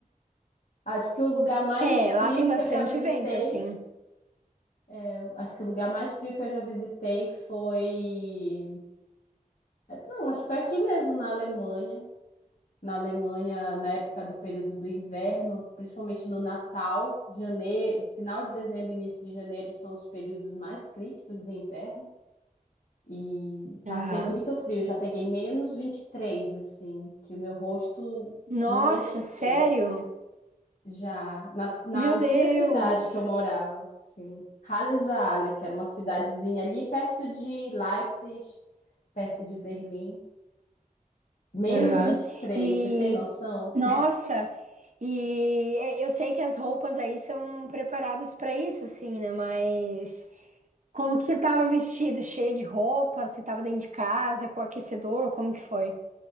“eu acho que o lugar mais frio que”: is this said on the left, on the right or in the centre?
Left